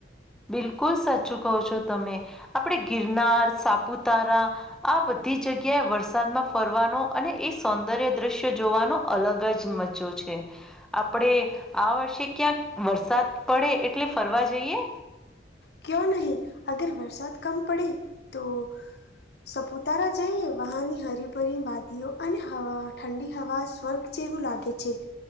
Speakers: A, in the centre; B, on the left (about 65°).
A: બિલકુલ સાચું કહો છો તમે, આપણેે ગિરનાર, સાપુતારા. આ બધી જગ્યાએ વરસાદમાં ફરવાનો, અને એ સૌંદર્ય દ્રશ્ય જોવાનો અલગ જ મજ્જો છે. આપણે આ વર્ષે ક્યાંક વરસાદ પડે એટલે ફરવા જઈએ?
B: કયો નહીં, અગર વરસાત કમ પડે તો સપુતારા જઈએ, વહાની હરીભરી વાદીઓ, અને હવા ઠંડી હવા. વર્ગ જેવું લાગે છે.